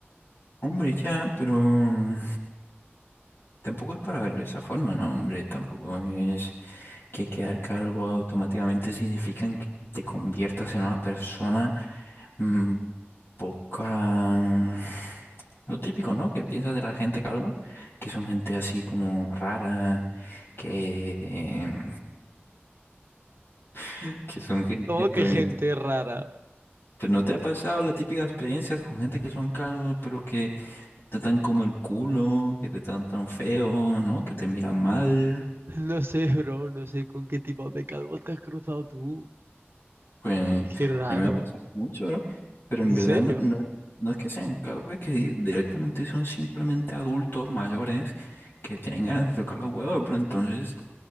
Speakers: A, on the left; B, on the right.
A: Hombre, ya, pero mm, tampoco es para verlo de esa forma, ¿no? Hombre, tampoco es que quedar calvo automáticamente significa que te conviertas en una persona mm, poca... Lo típico, ¿no? Que piensas de la gente calva, que son gente así como rara, que, em, <laughs> que son gente,
B: ¿Cómo
A: pues,
B: que gente rara?
A: pues, ¿no te ha pasado la típica experiencia con gente que son calvos, pero que te tratan como el culo, que te tratan tan feo, ¿no? Que te miran mal.
B: No sé, bro, no sé con qué tipo de calvo te has cruzado tú.
A: Pues
B: Qué raro.
A: a mí me ha pasado mucho, ¿no? Pero en
B: ¿En
A: verdad
B: serio?
A: no, no, no es que sean calvos, es que di- directamente son simplemente adultos mayores que tienen ganas de tocar los huevos, pero entonces